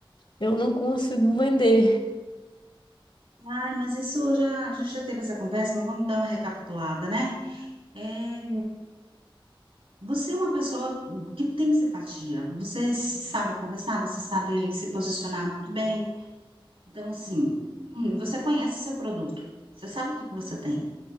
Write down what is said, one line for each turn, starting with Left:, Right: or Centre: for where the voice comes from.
Left: eu não consigo vender.
Right: ai, mas isso já, a gente já teve essa conversa, mas vamos dar uma recapitulada, né? É, você é uma pessoa que tem simpatia, você se sabe conversar, você sabe se posicionar muito bem. Então, assim, hum, você conhece seu produto, você sabe o que que você tem.